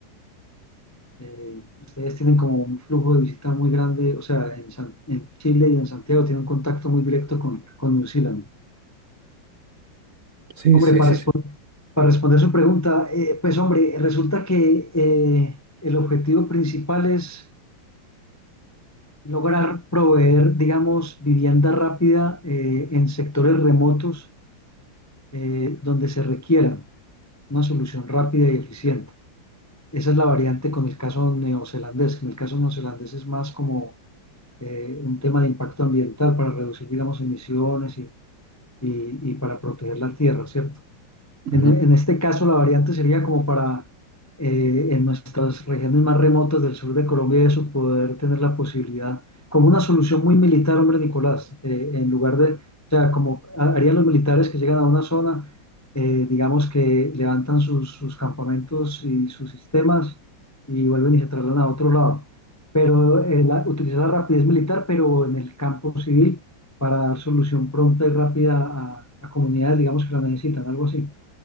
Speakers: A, on the left (about 20°); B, on the right (about 55°).
A: Eh, ustedes tienen como un flujo de visita muy grande, o sea, en, San- en Chile y en Santiago tienen un contacto muy directo con, con New Zealand.
B: Sí,
A: Hombre,
B: sí,
A: para,
B: sí.
A: respon- para responder su pregunta, eh, pues, hombre, resulta que eh, el objetivo principal es lograr proveer, digamos, vivienda rápida eh, en sectores remotos eh, donde se requiera una solución rápida y eficiente. Esa es la variante con el caso neozelandés. En el caso neozelandés es más como eh, un tema de impacto ambiental para reducir, digamos, emisiones y, y- y para proteger la tierra, ¿cierto?
B: sí.
A: En, en este caso, la variante sería como para eh, en nuestras regiones más remotas del sur de Colombia, y eso poder tener la posibilidad, como una solución muy militar, hombre Nicolás, eh, en lugar de, o sea, como ha- harían los militares que llegan a una zona, eh, digamos que levantan sus, sus campamentos y sus sistemas y vuelven y se trasladan a otro lado. Pero eh, la- utilizar la rapidez militar, pero en el campo civil, para dar solución pronta y rápida a a comunidades, digamos, que la necesitan, algo así.